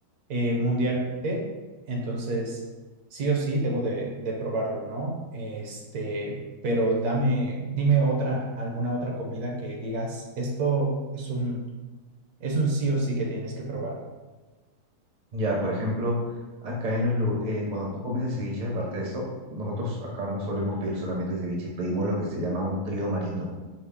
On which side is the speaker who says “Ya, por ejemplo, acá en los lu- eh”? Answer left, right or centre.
Right